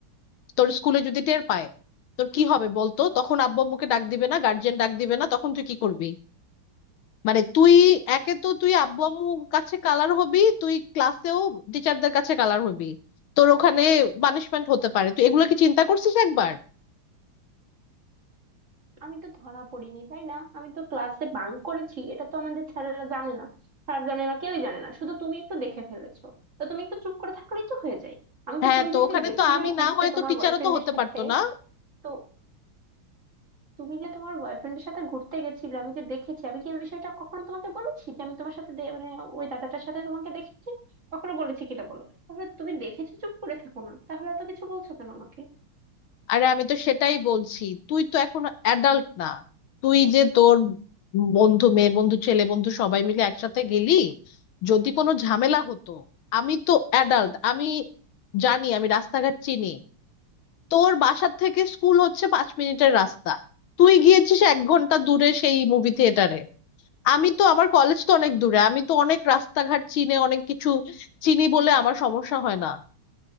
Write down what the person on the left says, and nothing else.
তোর স্কুলে যদি টের পায় তোর কি হবে বলতো তখন আব্বু আম্মুকে ডাক দিবে না গার্জিয়ান ডাক দিবে না তখন তুই কি করবি মানে তুই একে তো তুই আব্বু আম্মুর কাছে কালার হবি তুই ক্লাসেও টিচারদের কাছে কালার হবি তোর ওখানে পানিশমেন্ট হতে পারে তুই এগুলো কি চিন্তা করছিস একবার
হ্যাঁ
তো
ওখানে
তো আমি
না হয়
তো টিচারও
তো হতে
পারতো না
আরে আমি তো সেটাই বলছি তুই তো এখনো অ্যাডাল্ট না তুই যে তোর বন্ধু মেয়ে বন্ধু ছেলে বন্ধু সবাই মিলে একসাথে গেলি যদি কোনো ঝামেলা হতো আমি তো অ্যাডাল্ট আমি জানি আমি রাস্তাঘাট চিনি তোর বাসার থেকে স্কুল হচ্ছে পাঁচ মিনিটের রাস্তা তুই গিয়েছিস এক ঘন্টা দূরে সেই মুভি থিয়েটারে আমি তো আমার কলেজ তো অনেক দূরে আমি তো অনেক রাস্তাঘাট চিনে অনেক কিছু চিনি বলে আমার সমস্যা হয় না